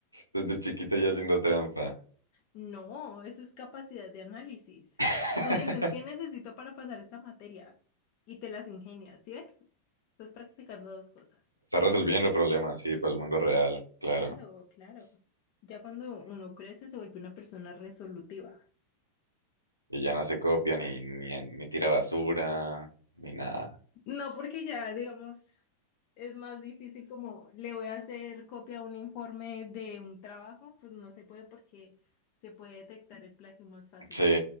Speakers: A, on the right; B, on the left.
A: desde chiquito ya haciendo trampa.
B: No, eso es capacidad de análisis.
A: <laughs>
B: Tú dices, ¿qué necesito para pasar esta materia? Y te las ingenias, ¿sí ves? Estás practicando dos cosas.
A: Está resolviendo problemas, sí, para el mundo real, claro.
B: Claro, claro. Ya cuando uno crece se vuelve una persona resolutiva.
A: Y ya no se copia ni, ni, ni tira basura, ni nada.
B: No, porque ya, digamos, es más difícil como le voy a hacer copia a un informe de un trabajo, pues no se puede porque se puede detectar el plagio más fácil.
A: Sí,